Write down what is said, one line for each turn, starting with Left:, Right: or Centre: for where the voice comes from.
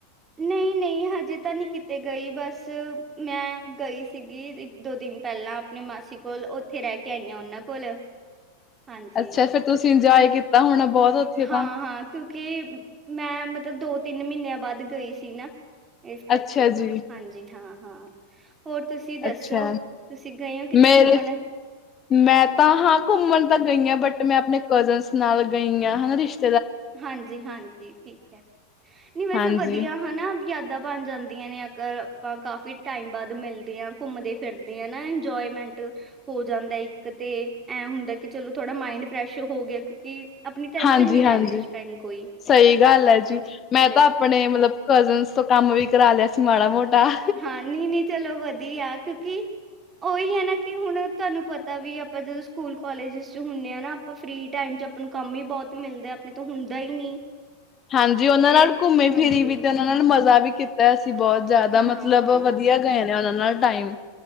Right: ਨਹੀਂ- ਨਹੀਂ, ਹਜੇ ਤਾਂ ਨਹੀਂ ਕਿਤੇ ਗਈ, ਬਸ ਮੈਂ ਗਈ ਸੀਗੀ ਦੋ ਦਿਨ ਪਹਿਲਾਂ ਆਪਣੀ ਮਾਸੀ ਕੋਲ ਉੱਥੇ ਰਹਿ ਕੇ ਆਈਆਂ, ਉਹਨਾਂ ਕੋਲ। ਹਾਂਜੀ
Left: ਅੱਛਾ, ਫੇਰ ਤੁਸੀਂ ਇੰਜੋਏ ਕੀਤਾ ਹੋਣਾ ਬਹੁਤ। ਉੱਥੇ
Right: ਹਾਂ-ਹਾਂ,
Left: ਤਾਂ,
Right: ਕਿਉਂਕਿ ਮੈਂ ਮਤਲਬ ਦੋ- ਤਿੰਨ ਮਹੀਨਿਆਂ ਬਾਅਦ ਗਈ ਸੀ ਨਾ। ਇਸ ਕਰਕੇ
Left: ਅੱਛਾ ਜੀ,
Right: ਹਾਂਜੀ ਹਾਂ- ਹਾਂ। ਹੋਰ ਤੁਸੀਂ ਦੱਸੋ?
Left: ਅੱਛਾ।
Right: ਤੁਸੀਂ ਗਏ ਹੋ ਕਿਤੇ
Left: ਮੇਰੇ
Right: ਘੁੰਮਣ?
Left: ਮੈਂ ਤਾਂ ਹਾਂ ਘੁੰਮਣ ਤਾਂ ਗਈ ਹਾਂ, ਬਟ ਮੈਂ ਆਪਣੇ ਕਜ਼ਨਸ ਨਾਲ ਗਈ ਹਾਂ, ਹਨਾ ਰਿਸ਼ਤੇ
Right: ਹਾਂਜੀ- ਹਾਂਜੀ ਠੀਕ ਹੈ, ਨਹੀਂ ਵੈਸੇ
Left: ਹਾਂਜੀ,
Right: ਵਧੀਆ ਹਨਾ ਯਾਦਾਂ ਬਣ ਜਾਂਦੀਆਂ ਨੇ, ਅਗਰ ਆਪਾਂ ਕਾਫੀ ਟਾਈਮ ਬਾਅਦ ਮਿਲਦੇ ਹਾਂ ਘੁੰਮਦੇ-ਫਿਰਦੇ ਦੇ ਆ ਨਾ ਇੰਜੋਏਮੈਂਟ ਹੋ ਜਾਂਦਾ, ਇੱਕ ਤੇ ਐ ਹੁੰਦਾ, ਕਿ ਚਲੋ ਥੋੜਾ ਮਾਇੰਡ ਫਰੈਸ਼ ਹੋ ਗਿਆ ਕਿਉਂਕਿ ਆਪਣੀ ਟੈਂਨਸ਼ਨ
Left: ਹਾਂਜੀ,
Right: ਨਹੀਂ
Left: ਹਾਂਜੀ।
Right: ਰਹਿੰਦੀ। ਉਸ ਟਾਈਮ ਕੋਈ
Left: ਸਹੀ ਗੱਲ ਹੈ ਜੀ, ਮੈਂ
Right: ਬਿਲਕੁਲ
Left: ਤਾਂ ਆਪਣੇ ਮਤਲਬ ਕਜ਼ਨਸ ਤੋਂ ਕੰਮ ਵੀ ਕਰਾ ਲਿਆ ਸੀ ਮਾੜਾ ਮੋਟਾ਼।
Right: ਹਾਂ ਨੀ -ਨੀ ਚਲੋ ਵਧੀਆ, ਕਿਉਂਕਿ ਉਹੀ ਹੈ ਨਾ, ਕਿ ਹੁਣ ਤੁਹਾਨੂੰ ਪਤਾ ਵੀ ਆਪਾਂ ਜਦੋਂ ਸਕੂਲ ਕਾਲਜ ਚ ਹੁੰਦੇ ਹਾਂ ਨਾ ਆਪਾਂ ਫਰੀ ਟਾਈਮ ਚ ਆਪਾਂ ਨੂੰ ਕੰਮ ਹੀ ਬਹੁਤ ਮਿਲਦਾ, ਆਪਣੇ ਤੋਂ ਹੁੰਦਾ ਹੀ ਨਹੀਂ।
Left: ਹਾਂਜੀ, ਉਹਨਾਂ
Right: ਫਿਰ
Left: ਨਾਲ ਘੁੰਮੀ-
Right: ਹਾਂਜੀ
Left: ਫਿਰੀ ਵੀ ਤੇ ਉਹਨਾਂ ਨਾਲ ਮਜ਼ਾ ਵੀ ਕੀਤਾ, ਅਸੀਂ ਬਹੁਤ। ਜ਼ਿਆਦਾ
Right: ਹਾਂ,
Left: ਮਤਲਬ
Right: ਹਾਂ।
Left: ਵਧੀਆ ਗਏ ਨੇ, ਉਹਨਾਂ ਨਾਲ ਟਾਈਮ।